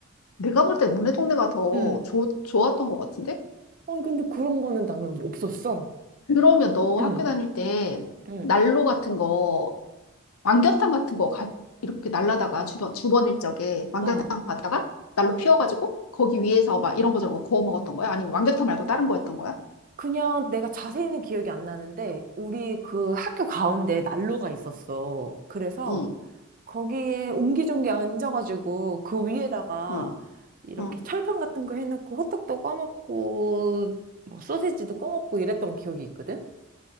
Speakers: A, on the left; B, on the right.
A: 내가 볼 때 너네 동네가 더
B: 응,
A: 좋, 좋았던 것 같은데?
B: 아니, 근데 그런 거는 나는 없었어.
A: 그러면 너
B: 응,
A: 학교 다닐 때
B: 응.
A: 난로 같은 거, 왕겨탕 같은 거 가, 이렇게 날라다가 주변, 주번 일적에 왕겨탕
B: 어.
A: 가다가 난로 피워가지고 거기 위에서 막 이런 거 저런 거 구워 먹었던 거야? 아니면 왕겨탕 말고 다른 거였던 거야?
B: 그냥 내가 자세히는 기억이 안 나는데, 우리 그 학교 가운데 난로가 있었어. 그래서
A: 응,
B: 거기에 옹기종기 앉아가지고 그 위에다가
A: 응,
B: 이렇게
A: 응.
B: 철판 같은 거 해놓고 호떡도 꺼먹고 뭐 소세지도 꺼먹고 이랬던 기억이 있거든?